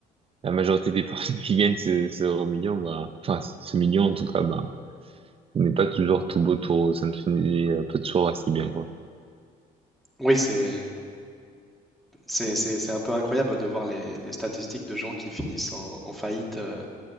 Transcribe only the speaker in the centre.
Oui, c'est, c'est, c'est, c'est un peu incroyable de voir les, les statistiques de gens qui finissent en, en faillite euh,